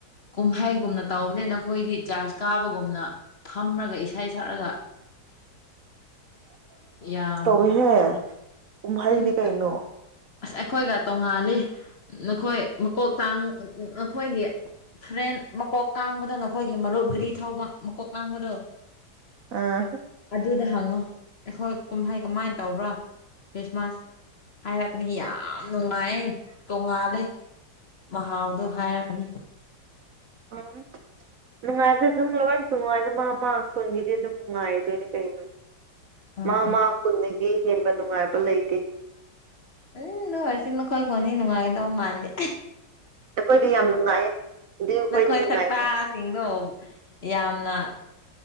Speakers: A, on the left; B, on the right.
A: ꯀꯨꯝꯍꯩꯒꯨꯝꯅ ꯇꯧꯕꯅꯦ ꯅꯈꯣꯏꯗꯤ ꯆꯥꯔꯖ ꯀꯥꯕꯒꯨꯝꯅ ꯊꯝꯔꯒ ꯏꯁꯩ ꯁꯛꯂꯒ ꯌꯥꯝ
B: ꯀꯣꯏꯍꯦ ꯀꯨꯍꯔꯤꯅꯤ
A: ꯎꯝ
B: ꯀꯩꯩꯅꯣ
A: ꯑꯁ ꯑꯩꯈꯣꯏꯒ ꯇꯣꯡꯉꯥꯜꯂꯤ ꯅꯈꯣꯏ ꯃꯀꯣꯛꯇꯥꯡ ꯅꯈꯣꯏꯒꯤ ꯐ ꯇꯦꯟ ꯃꯀꯣꯛ ꯇꯥꯡꯕꯗ ꯅꯈꯣꯏꯒꯤ ꯃꯔꯨꯞ ꯒꯔꯤ ꯊꯧꯕ ꯃꯀꯣꯛ ꯇꯥꯡꯕꯗꯣ
B: ꯑꯥ
A: ꯑꯗꯨꯗ ꯍꯪꯉꯣ ꯑꯩꯈꯣꯏ ꯀꯨꯝꯍꯩ ꯀꯃꯥꯏꯅ ꯇꯧꯕ꯭ꯔꯥ ꯈ꯭ꯔꯤꯁꯃꯥꯁ ꯍꯥꯏꯔꯛ ꯅꯤ ꯌꯥꯝ ꯅꯨꯡꯉꯥꯏꯌꯦ ꯇꯣꯡꯉꯥꯜꯂꯦ ꯃꯍꯥꯎꯗꯣ ꯍꯥꯏꯔꯛꯀꯅꯤ
B: ꯎꯝ ꯅꯨꯡꯉꯥꯏꯕꯗꯤ ꯑꯗꯨꯝ ꯂꯣꯏꯅ ꯅꯨꯡ ꯅꯨꯡꯉꯥꯏ ꯃꯥ ꯃꯥ ꯈꯨꯟꯒꯤꯗꯤ ꯑꯗꯨꯝ ꯅꯨꯡꯉꯥꯏꯗꯣꯏꯅꯦ ꯀꯩꯅꯣ
A: ꯎꯝ
B: ꯃꯥ ꯃꯥ ꯈꯨꯟꯗꯒꯤ ꯍꯦꯟꯕ ꯅꯨꯡꯉꯥꯏꯕ ꯂꯩꯇꯦ
A: ꯎꯝ ꯅꯣꯏꯁꯤ ꯅꯈꯣꯏ ꯈꯨꯟꯗꯤ ꯅꯨꯡꯉꯥꯏꯒꯗꯕ ꯃꯥꯟꯗꯦ
B: ꯑꯩꯈꯣꯏꯗꯤ ꯌꯥꯝ ꯅꯨꯡꯉꯥꯏꯌꯦ ꯑꯗꯨ ꯑꯩꯈꯣꯏꯗꯤ
A: ꯅꯈꯣꯏ
B: ꯅꯨꯡꯉꯥꯏꯇꯦ
A: ꯁꯛꯇꯥ ꯁꯤꯡꯗꯣ ꯌꯥꯝꯅ